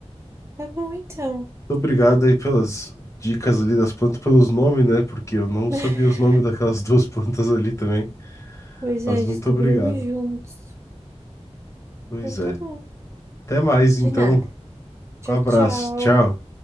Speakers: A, on the right (about 25°); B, on the left (about 25°).
A: Tá bom então.
B: Muito obrigado aí pelas dicas ali das plantas, pelos nomes, né? Porque eu não
A: <laughs>
B: sabia os nomes daquelas <laughs> duas plantas ali também.
A: Pois
B: Mas
A: é, descobrimos
B: muito obrigado.
A: juntos.
B: Pois
A: Então
B: é.
A: tá bom.
B: Até mais
A: De
B: então.
A: nada. Tchau,
B: Um abraço.
A: tchau.
B: Tchau.